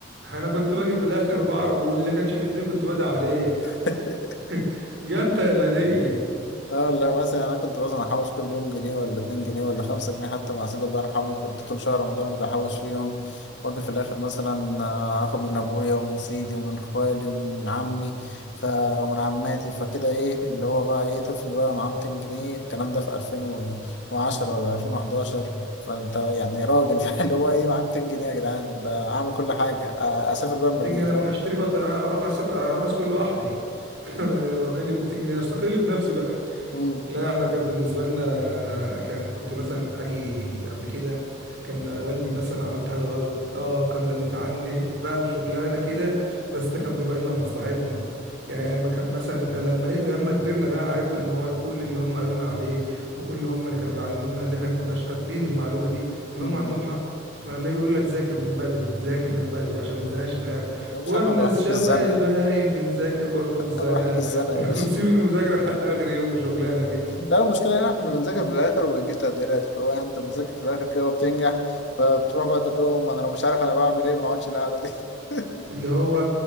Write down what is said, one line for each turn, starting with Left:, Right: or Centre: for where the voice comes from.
Right: انا كنت باجي في الاخر وبعرف واللي كانش بيديني كنت بدعي عليه
Left: <laughs>
Right: <laughs> يا انت يا العيديه
Left: اه لا مثلا يعني انا كنت مثلا احوش كل يوم جنيه ولا 2 جنيه ولا 5 جنيه حتى مع سيد الله يرحمه كنت طول شهر رمضان افضل احوش فيهم واجي في الاخر مثلا آه، اخد من ابويا ومن سيدي ومن خوالي ومن عمي ف... ومن عماتي فكده ايه اللي هو بقى ايه طفل بقى معاه 200 جنيه الكلام ده في 2010 ولا 2011 فانت يعني راجل <laughs> اللي هو ايه معاه 200 جنيه يا جدعان ده اعمل كل حاجه آه، اسافر بقى المريخ
Right: تيجي انا
Left: فاهم
Right: ما أنا اشتري بقى طي... اروح اسافر اروح اسكن لوحدي <laughs> وايه اللي 200 جنيه استقل بنفسي بقى
Left: امم
Right: لا احنا كان بالنسبه لنا كان كنت مثلا اجي قبل كده كان والدي مثلا عملت حاجه غلط اه كنا بنتعنف بقى وشغلانه كده بس ده كان بيبقى لنا مصلحتنا يعني
Left: امم
Right: لما كان مثلا لما لما كبرنا بقى عرفنا ان هو كل اللي هم قالوا لنا عليه وكل اللي هم اللي كانوا بيعلموا لنا اللي احنا كناش قابلين المعلومه دي كان
Left: امم
Right: هم عندهم حق فلما يجي يقول لك ذاكر من بدري ذاكر من بدري عشان ما تزنقش في الاخر
Left: يا باشا
Right: واحنا
Left: انا بحب
Right: شبه
Left: الزنقه
Right: البهايم بنذاكر برضه في الزنقه
Left: انا بحب الزنقه
Right: <laughs> ونسيب
Left: يا باشا
Right: المذاكرة لحد آخر يوم وشغلانة كده
Left: لا المشكلة هنا كنا بنذاكر في الآخر وبنجيب تقديرات اللي هو يعني أنت بتذاكر في الآخر كده وبتنجح فبتروح بقى تقول لهم أنا لو مش عارف أنا بعمل إيه ما أقعدش القعدة دي <laughs>
Right: اللي هو